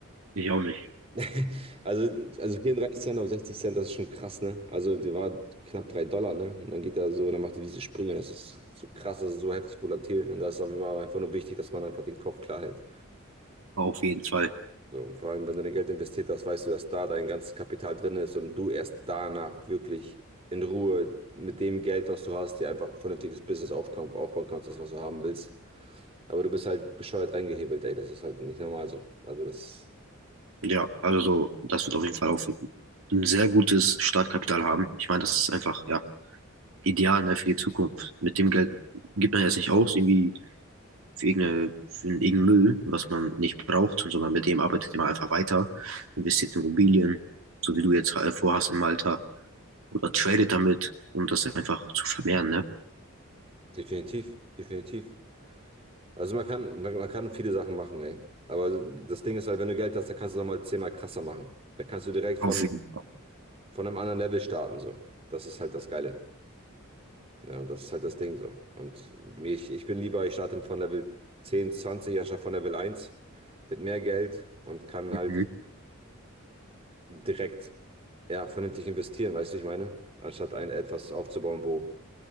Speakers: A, on the right; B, on the right.
A: Ich auch nicht.
B: <laughs> Also, also 34 Cent auf 60 Cent, das ist schon krass, ne? Also, der war knapp 3 Dollar, ne? Und dann geht er so, dann macht er diese Sprünge. Das ist so krass, das ist so heftig volatil. ne? Und da ist aber einfach nur wichtig, dass man einfach den Kopf klar hält.
A: Auf jeden Fall.
B: So, und vor allem, wenn du dein Geld investiert hast, weißt du, dass da dein ganzes Kapital drin ist und du erst danach wirklich in Ruhe mit dem Geld, was du hast, dir einfach ein vernünftiges Business aufbauen, aufbauen kannst, das, was du haben willst. Aber du bist halt bescheuert reingehebelt, ey. Das ist halt nicht normal so. Also, das
A: Ja, also so, das wird auf jeden Fall auch ein sehr gutes Startkapital haben. Ich meine, das ist einfach, ja, ideal ne, für die Zukunft. Mit dem Geld gibt man jetzt nicht aus, irgendwie für, irgendeine, für irgendeinen Müll, was man nicht braucht, sondern mit dem arbeitet man einfach weiter, investiert in Immobilien, so wie du jetzt äh, vorhast in Malta, oder tradet damit, um das einfach zu vermehren, ne?
B: definitiv, definitiv. Also man kann, man, man kann viele Sachen machen, ey. Aber das Ding ist halt, wenn du Geld hast, dann kannst du es nochmal zehnmal krasser machen. Da kannst du direkt von,
A: Auf jeden Fall.
B: von einem anderen Level starten, so. Das ist halt das Geile. Ja, und das ist halt das Ding so. Und mir- ich, ich bin lieber, ich starte von Level 10, 20 anstatt von Level eins mit mehr Geld und kann
A: Mhm.
B: halt direkt, ja, vernünftig investieren, weißt du, ich meine? Anstatt ein etwas aufzubauen, wo,